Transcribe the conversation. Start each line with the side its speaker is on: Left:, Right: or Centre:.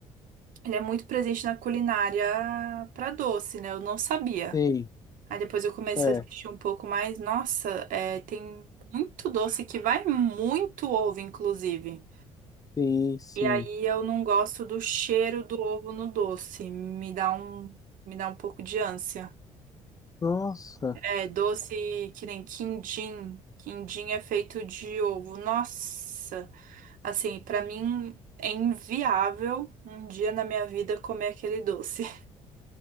Right: ele é muito presente na culinária para doce, né? Eu não sabia.
Left: Sim,
Right: Aí depois eu comecei
Left: é.
Right: a assistir um pouco mais. Nossa, é, tem muito doce que vai muito ovo, inclusive.
Left: Sim, sim.
Right: E aí eu não gosto do cheiro do ovo no doce. Me dá um, me dá um pouco de ânsia.
Left: Nossa.
Right: É, doce que nem quindim. Quindim é feito de ovo. Nossa, assim, pra mim é inviável um dia na minha vida comer aquele doce. <laughs>